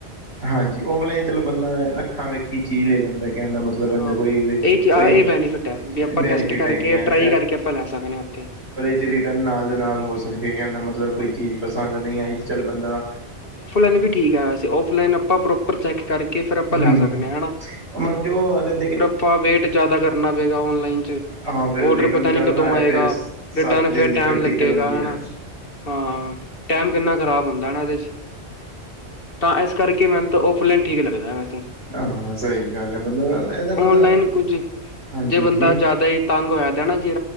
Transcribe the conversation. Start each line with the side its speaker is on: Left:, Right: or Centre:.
Right: ਹਾਂਜੀ, ਓਫਲਾਨ ਚਲੋ ਬੰਦਾ ਅੱਖਾਂ ਵੇਖੀਂ ਚੀਜ਼ ਲੈ ਲੈਂਦਾ ਕਹਿਣ ਦਾਂ ਮਤਲਬ
Left: ਹਾਂ
Right: <inaudible>
Left: ਇਹ ਚ
Right: ਕੋਈ
Left: ਆ ਇਹ ਬੈਨੀਫਿਟ ਹੈ ਵੀ ਆਪਾਂ
Right: ਬੈਨੀਫਿਟ
Left: ਟੈਸਟ ਕਰਕੇ
Right: ਹੈਗੈ ਆ
Left: ਟਰਾਈ ਕਰਕੇ ਆਪਾਂ ਲੈ ਸਕਦੇ ਹਾਂ ਉੱਥੇ
Right: ਰਿਟਰਨ ਨਾਲ਼ ਦੇ ਨਾਲ਼ ਹੋ ਸਕਦੀ ਹੈ ਕਹਿਣ ਦਾ ਮਤਲਬ, ਕੋਈ
Left: ਹਾਂ
Right: ਚੀਜ਼
Left: ਹਾਂ
Right: ਪਸੰਦ ਨਹੀਂ ਆਈ ਚੱਲ ਬੰਦਾਂ-
Left: ਔਫਲਾਈਨ ਵੀ ਠੀਕ ਹੈ ਵੈਸੇ, ਆਫਲਾਈਨ ਆਪਾਂ ਪ੍ਰੋਪਰ ਚੈੱਕ ਕਰਕੇ ਫੇਰ ਆਪਾਂ ਲੈ
Right: ਹਮ
Left: ਸਕਦੇ ਹਨਾਂ
Right: ਜੋ ਅੱਗੇ ਦੇਖੋ
Left: ਆਪਾਂ ਵੇਟ ਜ਼ਿਆਦਾ ਕਰਨਾਂ ਪਏਗਾ ਔਨਲਾਈਨ 'ਚ
Right: ਹਾਂ ਫਿਰ
Left: ਔਡਰ
Right: ਰਿਟਰਨ
Left: ਪਤਾਂ
Right: ਕਰਨਾ
Left: ਨੀਂ ਕਦੋਂ
Right: ਹੈ
Left: ਆਏਗਾ,
Right: ਫਿਰ ਸੱਤ
Left: ਰਿਟਰਨ
Right: ਦਿਨ
Left: ਫ਼ਿਰ
Right: ਦੀ
Left: ਟਾਈਮ
Right: ਫਿਰ ਦਿੱਕਤ
Left: ਲੱਗੇਗਾ
Right: ਹੁੰਦੀ ਹੈ
Left: ਹਨਾ ਹਾਂ, ਟੈਮ ਕਿੰਨਾ ਖ਼ਰਾਬ ਹੁੰਦਾ ਨਾ ਇਹਦੇ ਚ ਤਾਂ ਇਸ ਕਰਕੇ ਮੈਨੂੰ ਤਾਂ ਆਫਲਾਈਨ ਠੀਕ ਲੱਗਦਾ ਵੈਸੇ
Right: ਹਾਂ ਸਹੀ ਗੱਲ ਹੈ, ਬੰਦਾ ਇਹਦਾ ਬੰਦਾ
Left: ਨਹੀਂ ਕੁੱਝ
Right: ਹਾਂਜੀ
Left: ਜੇ
Right: ਹਾਂਜੀ
Left: ਬੰਦਾਂ ਜ਼ਿਆਦਾ ਹੀ ਤੰਗ ਹੋਇਆ ਦਾ ਨਾ ਜੇ